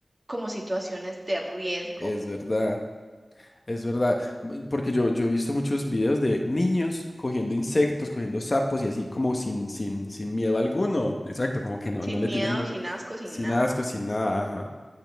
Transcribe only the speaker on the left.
es verdad. Es verdad, m- porque yo, yo he visto muchos videos de niños cogiendo insectos, cogiendo sapos y así como sin, sin, sin miedo alguno. Exacto, como que no,
no le
tienen mie-
sin
asco, sin nada. ajá.